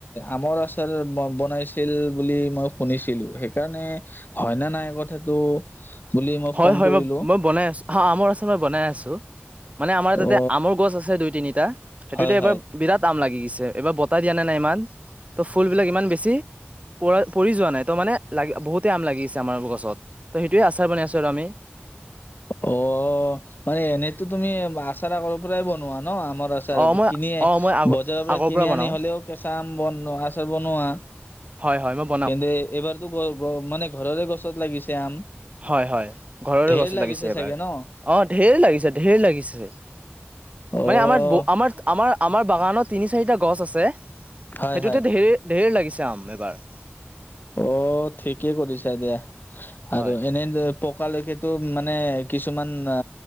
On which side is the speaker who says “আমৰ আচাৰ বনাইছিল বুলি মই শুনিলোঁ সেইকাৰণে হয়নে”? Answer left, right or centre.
Left